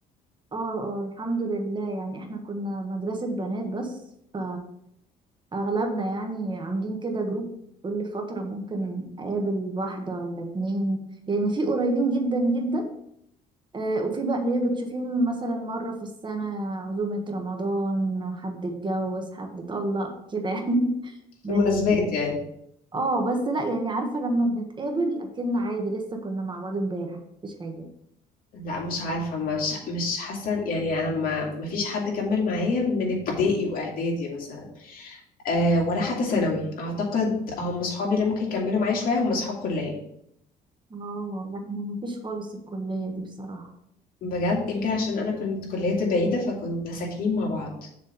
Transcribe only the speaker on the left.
في
المناسبات يعني
لا مش عارفة مش مش حاسة يعني أنا ما ما فيش حد كمل معايا من ابتدائي وإعدادي مثلا آه ولا حتى ثانوي اعتقد هم اصحابي اللي ممكن يكملوا معايا شويه هم اصحاب كليه
بجد يمكن عشان انا كنت كليتي بعيده فكنا ساكنين مع بعض